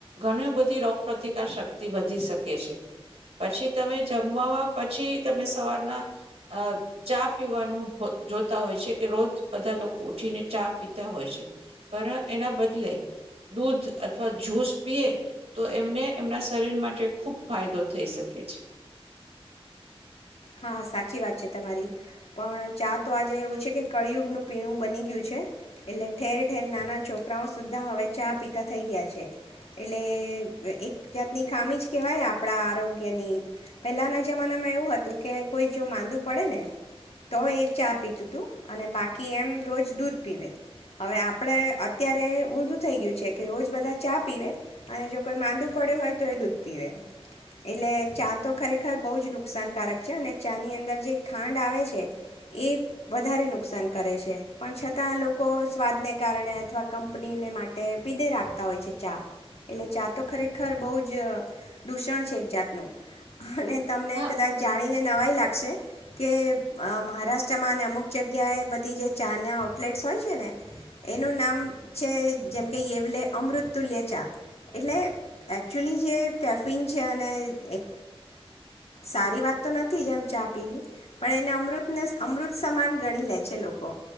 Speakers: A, on the right; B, on the left.
A: ઘણી બધી રોગ પ્રતિકાર શક્તિ વધી શકે પછી તમે જમવા પછી તમે સવારના ચા પીવાનું જોતા હોય છે કે રોજ બધા લોકો ઉઠીને ચા પીતા હોય છે પણ એના બદલે દૂધ અથવા જ્યુસ પીએ તો એમને એમના શરીર માટે ખૂબ ફાયદો થઈ શકે છે
B: હા સાચી વાત છે તમારી પણ ચા તો આજે એવું છે કે કળિયુગનું પીણું બની ગયું છે એટલે ઠેર ઠેર નાના છોકરાઓ સુધા હવે ચા પીતા થઈ ગયા છે એટલે એક જાતની ખામી જ કહેવાય આપણા આરોગ્યની પહેલાંના જમાનામાં એવું હતું કે કોઈ જો માંદું પડે ને તો એ ચા પીતું હતું અને બાકી એમ રોજ દૂધ પીવે હવે આપણે અત્યારે ઊંધું થઈ ગયું છે કે રોજ બધા ચા પીવે અને જો કોઈ માંદું પડ્યું હોય તો એ દૂધ પીવે એટલે ચા તો ખરેખર બહુ જ નુકસાનકારક છે અને ચા ની અંદર જે ખાંડ આવે છે એ વધારે નુકસાન કરે છે પણ છતાં લોકો સ્વાદને કારણે અથવા કંપનીને માટે પીદે રાખતા હોય છે ચા એટલે ચા તો ખરેખર બહુ જ દૂષણ છે એક જાતનું અને તમને
A: હા
B: કદાચ જાણીને નવાઈ. લાગશે કે મહારાષ્ટ્રમાં ને અમુક જગ્યાએ બધી જે ચાના આઉટલેટ્સ હોય છે ને એનું નામ છે, જેમ કે યેવલે અમૃતતુલ્ય ચા. એટલે એકચ્યુલી જે કેફિન છે અને એક સારી વાત નથી જેમ. ચા પીવી પણ એને અમૃતને અમૃત સમાન ગણી લે છે લોકો,